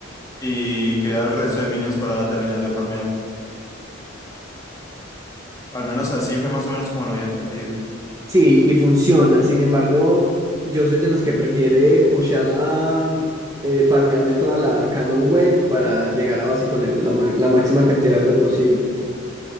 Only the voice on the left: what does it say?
y queda el resto de minions para terminar de farmear. Al menos así fue más o menos como lo había entendido.